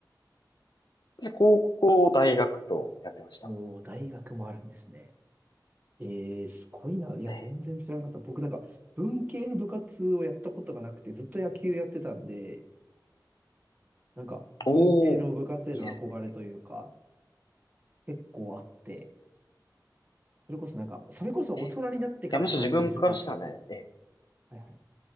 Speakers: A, on the left; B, on the right.
A: 私、高校、大学とやってました。
B: おー、大学もあるんですね。ええすごいな。いや、
A: ええ
B: 全然知らなかった。僕なんか、文系の部活をやったことがなくて、ずっと野球やってたんで、なんか、文系の部活への憧れというか、
A: おー、いいですね。
B: 結構あって、それこそなんか、それこそ大人になってから感じるというか、
A: ええいや、むしろ自分からしたらね、え
B: はいはい。